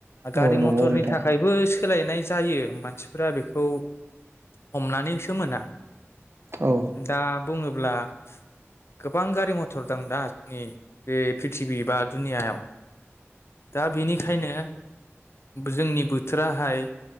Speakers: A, on the left; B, on the right.
A: गारि
B: औ नंगौ
A: मटरनि
B: नोंथां
A: थाखायबो सोलायनाय जायो मानसिफोरा बेखौ हमनानैसो मोना।
B: औ
A: दा बुङोब्ला ब्ला गोबां गारि गारि मटर दं दा जोंनि बे प्रिथिबि बा दुनियायाव दा बेनिखायनो जोंनि बोथोराहाय